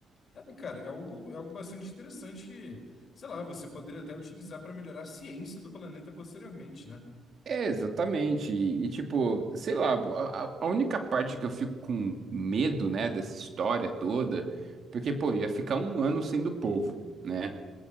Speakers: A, on the left (about 50°); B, on the right (about 50°).
A: é, cara, é algo, é algo bastante interessante que, sei lá, você poderia até utilizar para melhorar a ciência do planeta posteriormente, né?
B: É, exatamente. E, e, tipo, sei lá, a, a- a única parte que eu fico com medo, né, dessa história toda, porque, pô, ia ficar um ano sendo povo, né?